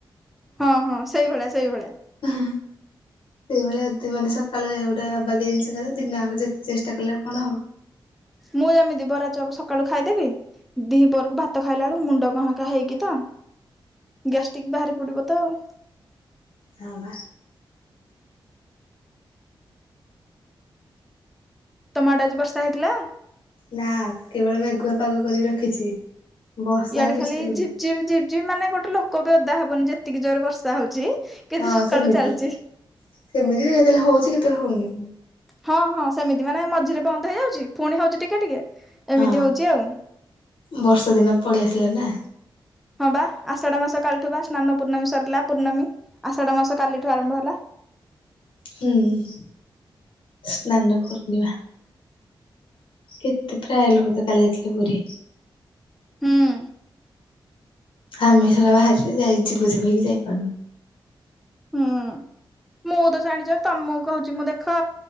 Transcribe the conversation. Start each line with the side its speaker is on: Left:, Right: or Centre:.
Centre: ହଁ ହଁ ସେଇଭଳିଆ ସେଇଭଳିଆ।
Left: ହଁ। ସେଇଭଳିଆ ମାନେ ସକାଳେ ଗୋଟା ଅବାଗିଥା ଜିନିଷ ଖାଇ ଦେଇ ଥିବ ଦିନ ଆକ ଯେତେ ଚେଷ୍ଟା କଲେ କଣ ହବ।
Centre: ମୁଁ ଯେମିତି ବରାଚପ ସକାଳୁ ଖାଇଦେବି। ଦିହି ପରରକୁ ଭାତ ଖାଇଲା ବେଳକୁ ମୁଣ୍ଡ କାଁ କା ହେଇକି ତ ଗ୍ୟାଷ୍ଟଟିକ୍ ବାହାରି ପଡିବ ତ ଆଉ
Left: ହଁ ବା।
Centre: ତମଆଡ଼େ ଆଜି ବର୍ଷା ହେଇଥିଲା?
Left: ନା କେବଳ ମେଘୁଆ ପାଗ କରି ରଖିଛି। ବର୍ଷା
Centre: ଇଆଡେ
Left: କିଛି
Centre: ଖାଲି
Left: ହଉନି।
Centre: ଝିପି ଝିପି ମାନେ ଗୋଟେ ଲୋକ ବି ଅଦା ହବନି ଯେତିକି ଜୋରେ ବର୍ଷା ହଉଛି। କିନ୍ତୁ
Left: ହଁ
Centre: ସକାଳୁ
Left: ସେମିତି
Centre: ଚାଲିଛି
Left: ସେମିତି କେତେବେଳେ ହଉଛି କେତେବେଳେ ହଉନି।
Centre: ହଁ ହଁ ସେମିତି ମାନେ ମଝିରେ ବନ୍ଦ ହେଇଯାଉଛି ପୁଣି ହଉଛି ଟିକେ ଟିକେ ଏମିତି
Left: ହଁ
Centre: ହଉଚି ଆଉ
Left: ବର୍ଷା ଦିନ ପଳେଇ ଆସିଲା ନା
Centre: ହଁ ବା ଆଷାଢ ମାସ କାଲିଠୁ ବା ସ୍ନାନ ପୂର୍ଣ୍ଣମୀ ସରିଲା ପୂର୍ଣ୍ଣମୀ ଆଷାଢ ମାସ କାଲିଠୁ ଆରମ୍ଭ ହେଲା।
Left: ହୁଁ ସ୍ନାନ ପୂର୍ଣ୍ଣିମା। କେତେ ପ୍ରାୟ ଲୋକ ତ କାଲି ଯାଇଥିଲେ ପୁରୀ।
Centre: ହଁ।
Left: ଆମେ ସେଟ ବାହାରି ଯାଇ ଯିବୁ ଯିବ ହେଇକି ଯାଇପାରୁନୁ।
Centre: ହୁଁ ମୁଁ ତ ଜାଣିଚ ତମକୁ କହୁଛି ମୁଁ ଦେଖ